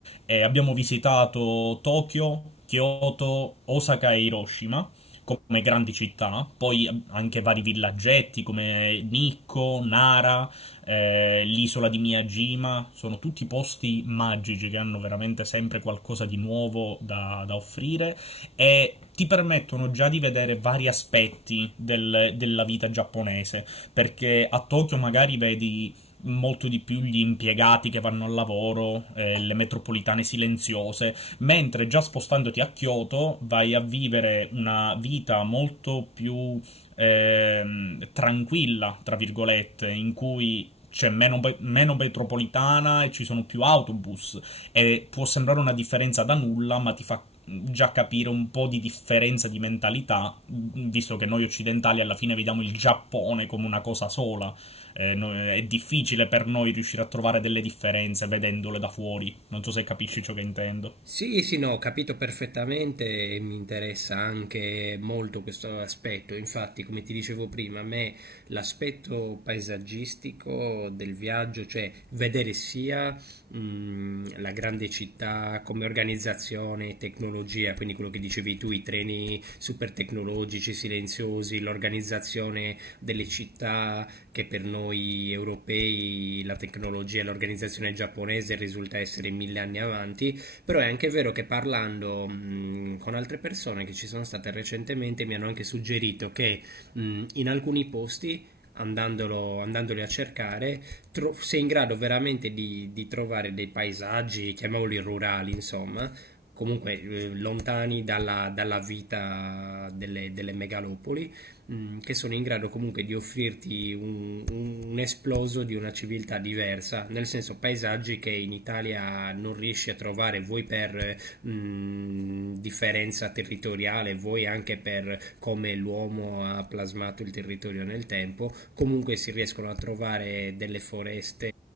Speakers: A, on the left (about 40°); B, on the right (about 75°).
A: eh, abbiamo visitato Tokyo, Kyoto, Osaka e Hiroshima come grandi città, no? poi anche vari villaggetti come Nikko, Nara, eh, l'isola di Miyajima, sono tutti posti magici che hanno veramente sempre qualcosa di nuovo da, da offrire e ti permettono già di vedere vari aspetti del- della vita giapponese, perché a Tokyo magari vedi molto di più gli impiegati che vanno al lavoro, eh, le metropolitane silenziose, mentre già spostandoti a Kyoto vai a vivere una vita molto più ehm, tranquilla, tra virgolette, in cui c'è meno, be- meno metropolitana e ci sono più autobus, e può sembrare una differenza da nulla, ma ti fa già capire un po' di differenza di mentalità, visto che noi occidentali alla fine vediamo il Giappone come una cosa sola. Eh, no- è difficile per noi riuscire a trovare delle differenze vedendole da fuori. Non so se capisci ciò che intendo.
B: Sì, sì, no, ho capito perfettamente e mi interessa anche molto questo aspetto. Infatti, come ti dicevo prima, a me l'aspetto paesaggistico del viaggio, cioè vedere sia mh, la grande città come organizzazione, tecnologia, quindi quello che dicevi tu, i treni super tecnologici, silenziosi, l'organizzazione delle città che per noi europei la tecnologia e l'organizzazione giapponese risulta essere mille anni avanti però è anche vero che parlando mh, con altre persone che ci sono state recentemente mi hanno anche suggerito che mh, in alcuni posti andandolo, andandoli a cercare, tro- sei in grado veramente di, di trovare dei paesaggi, chiamiamoli rurali, insomma, comunque eh, lontani dalla, dalla vita delle, delle megalopoli, mh, che sono in grado comunque di offrirti un, un- un esploso di una civiltà diversa, nel senso paesaggi che in Italia non riesci a trovare, vuoi per mh, differenza territoriale, vuoi anche per come l'uomo ha plasmato il territorio nel tempo, comunque si riescono a trovare delle foreste